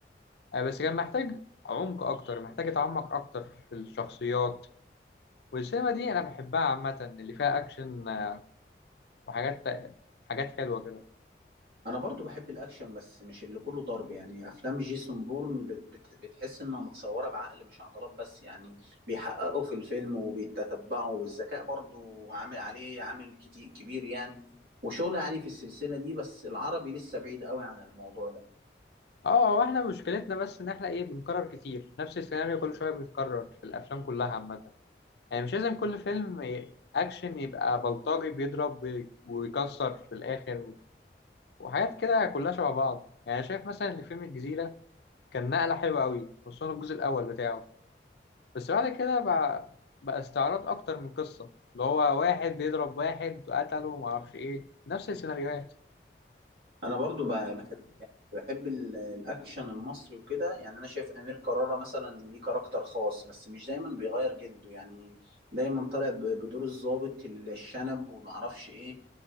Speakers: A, on the left (about 70°); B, on the right (about 55°).
A: آه، بس كان محتاج عمق أكتر محتاج أتعمق أكتر في الشخصيات والسينما دي أنا بحبها عامة اللي فيها أكشن آه، وحاجات حاجات حلوة كده
B: انا برضو بحب الاكشن بس مش اللي كله ضرب يعني افلام جيسون بورن ب- بت- بتحس انها متصوره بعقل مش عضلات بس يعني بيحققوا في الفيلم وبيتتبعوا والذكاء برضو عامل عليه عامل كتير كبير يعني وشغل عالي في السلسله دي بس العربي لسه بعيد قوي عن الموضوع ده
A: اه واحنا مشكلتنا بس ان احنا ايه بنكرر كتير نفس السيناريو كل شويه بيتكرر في الافلام كلها عامه يعني مش لازم كل فيلم ي- اكشن يبقى بلطجي بيضرب وي- ويكسر في الاخر وحاجات كده كلها شبه بعض يعني شايف مثلا ان فيلم الجزيره كان نقله حلوه قوي خصوصا الجزء الاول بتاعه بس بعد كده بقى بقى استعراض اكتر من قصه اللي هو واحد بيضرب واحد قتله ومعرفش ايه نفس السيناريوهات
B: انا برضو ب- بحب بحب ال- الاكشن المصري وكده يعني انا شايف امير كرارة مثلا ليه كاركتر خاص بس مش دايما بيغير جلده يعني دايما طالع ب- بدور الضابط الشنب ومعرفش ايه